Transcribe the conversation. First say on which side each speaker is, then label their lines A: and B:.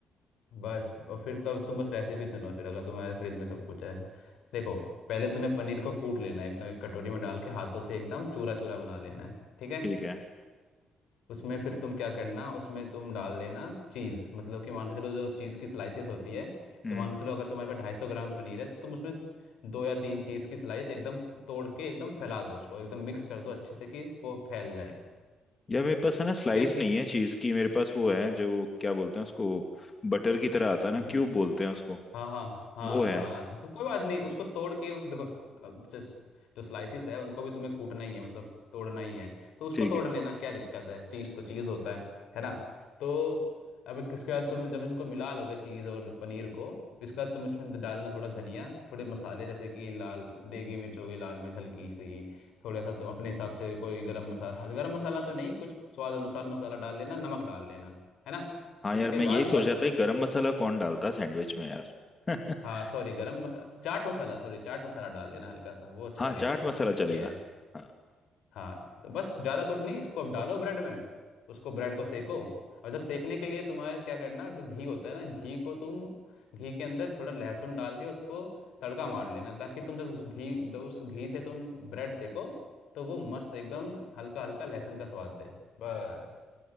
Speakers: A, on the left; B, on the left.
A: बस और फिर तब तुम बस रेसिपी सुनो फिर अगर तुम्हारे फ्रिज में सब कुछ है देखो पहले तुम्हें पनीर को कूट लेना है एकदम एक कटोरी में डाल के हाथों से एकदम चूरा चूरा बना लेना है ठीक है
B: ठीक है
A: उसमें फिर तुम क्या करना उसमें तुम डाल देना चीज़ मतलब कि मान के चलो जो चीज़ की स्लाइसेस होती है
B: हम्म
A: तो मान के चलो अगर तुम्हारे पास ढाई सौ ग्राम पनीर है तो तुम उसमें दो या तीन चीज़ की स्लाइस एकदम तोड़ के एकदम फैला दो उसको एकदम मिक्स कर दो अच्छे से कि वो फैल जाए
B: यार मेरे पास है ना स्लाइस
A: ठीक
B: नहीं है चीज की मेरे पास वो है जो क्या बोलते हैं उसको बटर की तरह आता है ना
A: है
B: क्यूब बोलते हैं उसको
A: हाँ हाँ हाँ
B: वो
A: सा
B: है
A: तो, तो कोई बात नहीं उसको तोड़ के उस- देखो अब जिस- जो स्लाइसिस है उनको भी तुम्हें कूटना ही है मतलब तोड़ना ही है तो उसको
B: ठीक
A: तोड़
B: है
A: लेना क्या दिक्कत है चीज़ तो चीज़ होता है है ना तो अब एक इसके बाद तुम जब इनको मिला लोगे चीज़ और पनीर को इसके बाद तुम इसमें डालना थोड़ा धनिया थोड़े मसाले जैसे कि लाल देगी मिर्च हो गई लाल मिर्च हल्की सी थोड़ा सा तुम अपने हिसाब से कोई गरम मसाला गरम मसाला तो नहीं कुछ स्वाद अनुसार मसाला डाल लेना नमक डाल लेना है ना
B: हाँ
A: इसके
B: यार मैं यही
A: बाद
B: सोच
A: बस
B: रहा
A: तुम्हें
B: था कि
A: कुछ
B: गरम मसाला कौन डालता है सैंडविच में यार <laughs>
A: हाँ सॉरी गरम मस... चाट मसाला सॉरी चाट मसाला डाल लेना हल्का सा वो अच्छा
B: हाँ
A: लगेगा
B: चाट मसाला चलेगा
A: ये है
B: हाँ
A: हाँ तो बस ज़्यादा कुछ नहीं इसको अब डालो ब्रेड में उसको ब्रेड को सेको और जब सेकने के लिए तुम्हारे क्या करना तो घी होता है ना घी को तुम घी के अंदर थोड़ा लहसुन डाल के उसको तड़का मार लेना ताकि तुम जब उस घी जब उस घी से तुम ब्रेड सेको तो वो मस्त एकदम हल्का हल्का लहसुन का स्वाद दे बस